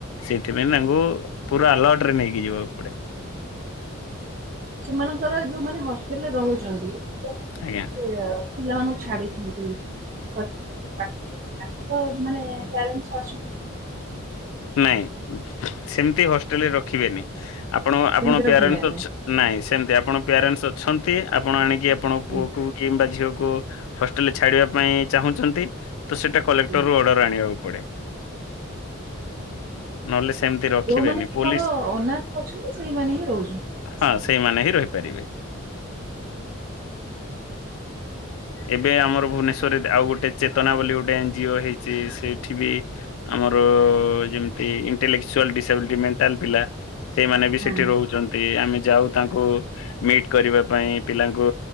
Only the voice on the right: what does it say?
ସେମାନଙ୍କର ଯୋଉମାନେ ହେଷ୍ଟେଲରେ ରହୁଛନ୍ତି। ଯୋଉମାନେ
ପିଲାମାନଙ୍କୁ ଛାଡ଼ିଛନ୍ତି ହ ପାଠ ପଢେଇ ତାକୁ ତ ମାନେ ପ୍ୟାରେଣ୍ଟସ ଆସନ୍ତି
ସେମିତି
ରଖିବା ନାହିଁ
ହୁଁ,
ହଁ ହଁ।
ଯୋଉମାନେ କେବଳ
ଅନାଥ ଅଛନ୍ତି ସେଇମାନେ ହିଁ ରହୁଛନ୍ତି ଆଶ୍ରମ
ହଁ